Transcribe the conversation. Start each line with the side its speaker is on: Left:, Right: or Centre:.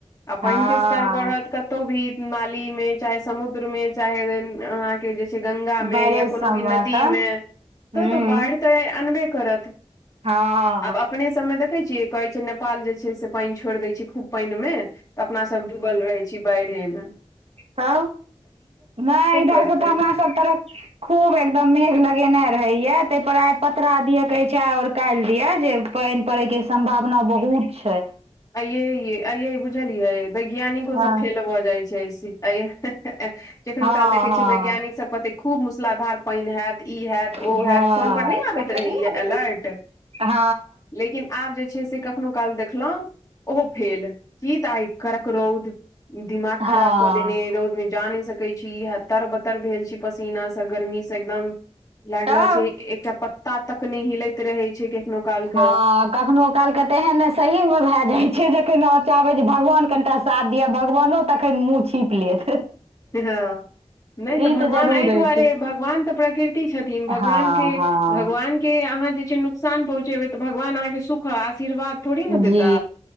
Left: आ पइन
Right: हँ
Left: के स्तर बढ़त क, कतो भी नाली में चाहे समुद्र में चाहे अहाँ के जे छै, गंगा में
Right: बैरेज
Left: या कोनो
Right: सबमे
Left: भी नदी
Right: तऽ
Left: में त
Right: हूँ
Left: वो बाइढ त अनबे करत।
Right: हँ
Left: आब अपने सबमें देखय छिय कहय छै नै, नेपाल जे छे से पइन छोइर दय छय खूब पइन मे त अपना सब डूबल रहय छी बइढ़ में।
Right: त। नय इधर
Left: करतै
Right: स त हमरा सब, हमरा सब तरफ खूब एकदम मेघ लगेने रहैया। तय पर आय पतरा दिये कहय छय और काइल दिय जे पइन परै के सम्भावना बहुत छय।
Left: आइ ए ई आइ ए ई बुझलियै वैज्ञानिको
Right: हँ
Left: सब फेल भ जाय, छैय से आइ ए ह-ह-ह केखनो
Right: हँ
Left: काल देखय
Right: हँ
Left: छियै वैज्ञानिक सब कहतै खूब मुसलाधार, पइन हैत ई हैत
Right: हँ
Left: ओ हैत फोन पर नय आबैत
Right: फोन पर
Left: रहैये
Right: नहि आबैत
Left: अलर्ट।
Right: रहै। हँ।
Left: लेकिन आब जे छैय से कखनो काल देखलहुँ ओहो फेल की त आइ कड़क रौउद, दिमाग खराब
Right: हँ
Left: क देने ई रौद जाने, देखै छी यैह तर बतर भेल छी पसीना स गरमी स एकदम। लाइल
Right: तब
Left: रहल छैय एक एकटा पत्ता तक नय हिलैत रहै छैय केखनो काल क।
Right: हँ कखनो कालके ते एहन नै सही मे भाय जाय छै, जखैन अहाँ चाहबै जे भगवान कनटा साथ दियऽ भगवानो तखन मुँह छिप लेत।
Left: हां नै तऽ
Right: ई
Left: भगवान
Right: जरूर
Left: अय
Right: होइ
Left: दुआरे
Right: छै
Left: भगवान तऽ प्रकृति छ थिन भगवान
Right: हँ
Left: के
Right: हँ
Left: भगवान के अहाँ जे छै नुकसान पहुँचेबै तऽ भगवान अहाँके सुख आ आशीर्वाद थोड़ी ना देता
Right: जी